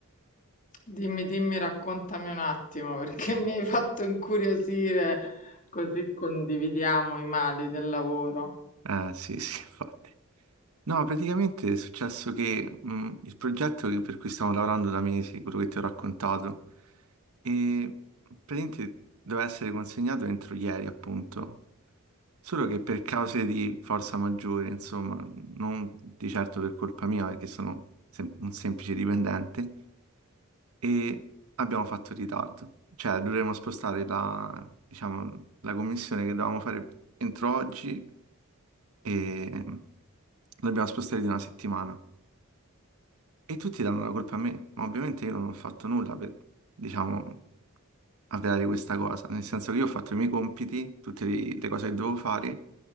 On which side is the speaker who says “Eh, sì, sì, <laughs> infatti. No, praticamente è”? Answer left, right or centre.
Right